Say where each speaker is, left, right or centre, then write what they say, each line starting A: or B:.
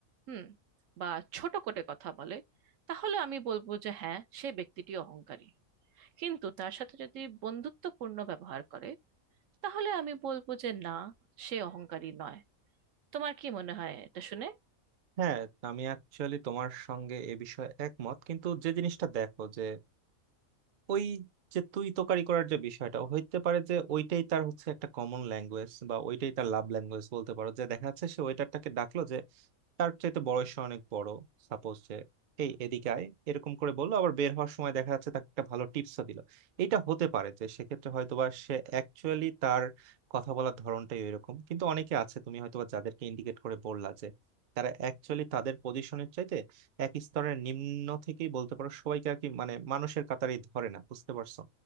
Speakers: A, on the right; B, on the right.
A: হুম বা ছোট করে কথা বলে তাহলে আমি বলবো যে হ্যাঁ সে ব্যক্তিটি অহংকারী কিন্তু তার সাথে যদি বন্ধুত্বপূর্ণ ব্যবহার করে তাহলে আমি বলবো যে না সে অহংকারী নয় তোমার কি মনে হয় এটা শুনে
B: হ্যাঁ আমি অ্যাকচুয়ালি তোমার সঙ্গে এ বিষয়ে একমত কিন্তু যে জিনিসটা দেখো যে ওই যে তুই তোকারি করার যে বিষয়টা হইতে পারে যে ওইটাই তার হচ্ছে একটা কমন ল্যাঙ্গুয়েজ বা ওইটাই তার লাভ ল্যাঙ্গুয়েজ বলতে পারো যে দেখা যাচ্ছে সে ওয়েটারটাকে ডাকলো যে তার চাইতে বয়সে অনেক বড় সাপোজ যে এই এদিকে আয় এরকম করে বললো আবার বের হওয়ার সময় দেখা যাচ্ছে তাকে একটা ভালো টিপসও দিল এটা হতে পারে যে সেক্ষেত্রে হয়তোবা সে অ্যাকচুয়ালি তার কথা বলার ধরনটাই এরকম কিন্তু অনেকে আছে তুমি হয়তোবা যাদেরকে ইন্ডিকেট করে বললা যে তারা অ্যাকচুয়ালি তাদের পজিশনের চাইতে এক স্তরের নিম্ন থেকেই বলতে পারো সবাইকে আর কি মানে মানুষের কাতারেই ধরে না বুঝতে পারছো